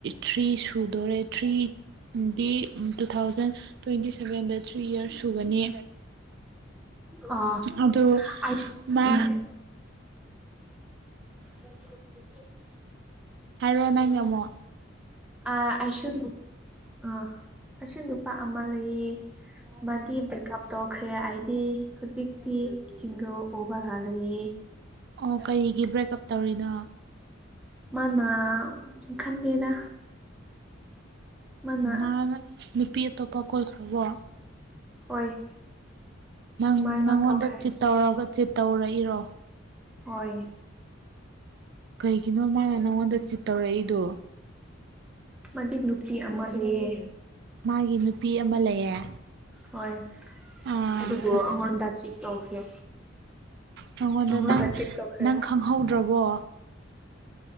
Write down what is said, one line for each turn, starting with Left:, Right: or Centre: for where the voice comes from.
Right: ꯊ꯭ꯔꯤ ꯁꯨꯗꯣꯔꯦ ꯊ꯭ꯔꯤꯗꯤ ꯇꯨ ꯊꯥꯎꯖꯟ ꯇ꯭ꯋꯦꯟꯇꯤ ꯁꯚꯦꯟꯗ ꯊ꯭ꯔꯤ ꯏꯌꯥꯔꯁ ꯁꯨꯒꯅꯤ
Centre: ꯑ
Right: ꯑꯗꯨ
Centre: ꯑ
Right: ꯃꯥ
Centre: ꯎꯝ ꯑ
Right: ꯍꯥꯏꯔ ꯋꯥꯅꯃꯣ
Centre: ꯑ ꯑꯁꯨ ꯑ ꯑꯁꯨ ꯅꯨꯄꯥ ꯑꯃ ꯂꯩꯌꯦ ꯃꯥꯗꯤ ꯕ꯭ꯔꯦꯛꯀꯑꯞꯇꯣ ꯎꯈ꯭ꯔꯦ ꯑꯩꯗꯤ ꯍꯧꯖꯤꯛꯇꯤ ꯁꯤꯡꯗꯣ ꯎꯕ ꯉ ꯂꯩꯌꯦ
Right: ꯑꯣ ꯀꯔꯤꯒꯤ ꯕ꯭ꯔꯦꯛ ꯑꯞ ꯇꯧꯔꯤꯅꯣ
Centre: ꯃꯥꯅ ꯈꯟꯗꯦꯗ ꯃꯥꯅ
Right: ꯃꯥꯒ ꯅꯨꯄꯤ ꯑꯇꯣꯞꯄ ꯀꯣꯏꯈ꯭ꯔꯕꯣ
Centre: ꯍꯣꯏ
Right: ꯅꯪ
Centre: ꯁꯨꯃꯥꯏꯅ
Right: ꯅꯪꯉꯣꯟꯗ
Centre: ꯊꯣꯛꯈ꯭ꯔꯦ
Right: ꯆꯤꯠ ꯇꯧꯔꯒ ꯇꯧꯔꯛꯏꯔꯣ
Centre: ꯍꯣꯏ
Right: ꯀꯩꯒꯤꯅꯣ ꯃꯥꯅ ꯅꯪꯉꯣꯟꯗ ꯆꯤꯠ ꯇꯧꯔꯛꯏꯗꯣ
Centre: ꯃꯛ ꯅꯨꯄꯤ ꯑꯃ ꯂꯩꯌꯦ
Right: ꯃꯥꯒꯤ ꯅꯨꯄꯤ ꯑꯃ ꯂꯩꯌꯦ
Centre: ꯍꯣꯏ
Right: ꯑꯥ
Centre: ꯑꯗꯨꯕꯨ ꯑꯩꯉꯣꯟꯗ ꯆꯤꯠ ꯇꯧꯈ꯭ꯔꯦ
Right: ꯅꯉꯣꯟꯗ
Centre: ꯑꯩꯉꯣꯟꯗ
Right: ꯅꯪ
Centre: ꯆꯤꯠ ꯇꯧꯈ꯭ꯔꯦ
Right: ꯅꯪ ꯈꯪꯍꯧꯗ꯭ꯔꯕꯣ